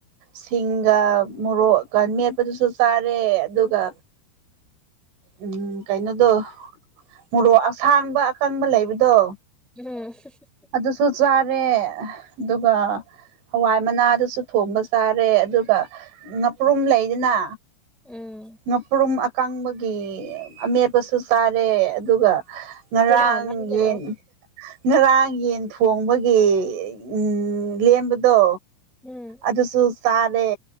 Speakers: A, on the right; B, in the centre.
A: ꯁꯤꯡꯒ ꯃꯣꯔꯣꯛꯀ ꯃꯦꯠꯄꯗꯨꯁꯨ ꯆꯥꯔꯦ ꯑꯗꯨꯒ ꯎꯝ ꯀꯩꯅꯣꯗꯣ ꯃꯣꯔꯣꯛ ꯑꯁꯥꯡꯕ ꯑꯀꯪꯕ ꯂꯩꯕꯗꯣ꯫
B: <unintelligible>
A: ꯑꯗꯨꯁꯨ ꯆꯥꯔꯦ ꯑꯗꯨꯒ ꯍꯋꯥꯏ ꯃꯅꯥꯗꯨꯁꯨ ꯊꯣꯡꯕ ꯆꯥꯔꯦ ꯑꯗꯨꯒ ꯉꯄ꯭ꯔꯨꯝ ꯂꯩꯗꯅ
B: ꯎꯝ
A: ꯉꯥꯄ꯭ꯔꯨꯝ ꯑꯀꯪꯕꯒꯤ ꯑꯃꯦꯠꯄꯁꯨ ꯆꯥꯔꯦ ꯑꯗꯨꯒ ꯉꯔꯥꯡ
B: ꯌꯥꯝꯃꯟꯗ꯭ꯔꯣ
A: ꯌꯦꯟ ꯉꯔꯥꯡ ꯌꯦꯟ ꯊꯣꯡꯕꯒꯤ ꯎꯝ ꯂꯦꯝꯕꯗꯣ
B: ꯎꯝ
A: ꯑꯗꯨꯁꯨ ꯆꯥꯔꯦ